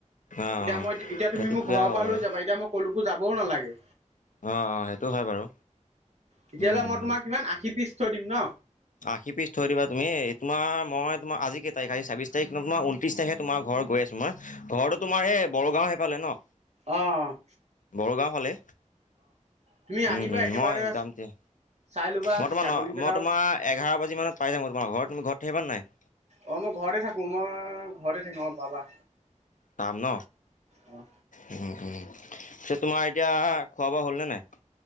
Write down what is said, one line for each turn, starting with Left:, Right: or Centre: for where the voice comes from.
Left: অ অ
Right: এতিয়া মই এতিয়া তুমি
Left: সেইটো
Right: মোক
Left: দিয়া
Right: ঘৰৰ
Left: হ'ব
Right: পৰা
Left: বাৰু
Right: লৈ যাবা এতিয়া মই কোলৈকো যাবও নালাগে
Left: অ', অ' সেইটো হয় বাৰু।
Right: তেতিয়াহ'লে
Left: উম উম
Right: মই তোমাৰ কিমান আশী পিচ থৈ দিম ন?
Left: আশী পিচ থৈ দিবা তুমি, তোমাৰ মই তোমাৰ আজি কেই তাৰিখ ছাবিশ তাৰিখ তোমাৰ ত্ৰিশ তাৰিখে তোমাৰ ঘৰ গৈ আছো মই ঘৰতো তোমাৰ এই বড়োগাঁও সেইফালে ন?
Right: অ'।
Left: বড়োগাঁও ফালে।
Right: তুমি
Left: উম,
Right: আহিবা
Left: উম
Right: একেবাৰে
Left: মই যাম দিয়া।
Right: চাই ল'বা
Left: মই তোমাৰ
Right: ছাগলীকেইটা
Left: ন, মই তোমাৰ এঘাৰ বাজি মানত পাই যামগৈ তোমাৰ ঘৰ, তুমি ঘৰত থাকিবা নাই?
Right: অ', মই ঘৰতে থাকোঁ মই ঘৰতে থাকোঁ অ' পাবা
Left: নাম ন
Right: অঁ
Left: উ উ তোমাৰ এতিয়া খোৱা বোৱা হ'লনে নাই।